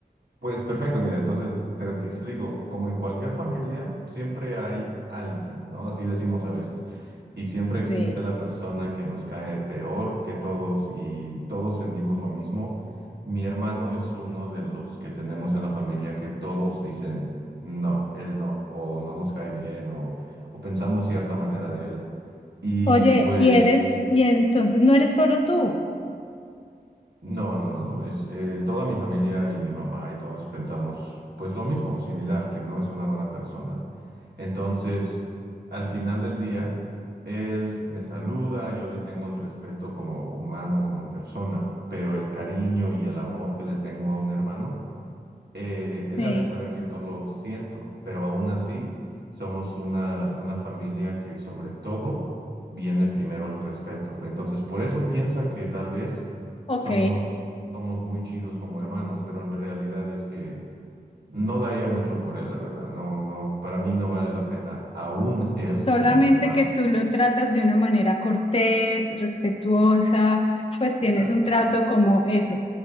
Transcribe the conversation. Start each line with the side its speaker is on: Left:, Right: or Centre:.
Right: Pues perfecto, mira, entonces te, te explico, como en cualquier familia, siempre hay alguien, ¿no? Así decimos a veces. Y siempre existe
Left: Sí.
Right: la persona que nos cae peor que todos y todos sentimos lo mismo. Mi hermano es uno de los que tenemos en la familia que todos dicen, no, él no, o no nos cae bien, o, o pensamos cierta manera de él. Y
Left: Oye,
Right: pues
Left: y eres, y entonces no eres solo tú.
Right: No, no, no, no. Es eh, toda mi familia y mi mamá y todos pensamos pues lo mismo, similar, que no es una buena persona. Entonces, al final del día, él me saluda, yo le tengo el respeto como humano, como persona, pero el cariño y el amor que le tengo a un hermano eh, él
Left: Sí.
Right: ha de saber que no lo siento, pero aún así somos una, una familia que sobre todo viene primero el respeto. Entonces, por eso piensa que tal vez
Left: Ok,
Right: somos, somos muy chidos como hermanos, pero en realidad es que no daría mucho por él, la verdad. No, no, para mí no vale la pena aún
Left: solamente
Right: él como mi hermano.
Left: que tú lo tratas de una manera cortés, respetuosa, pues
Right: Exacto.
Left: tienes un trato como eso,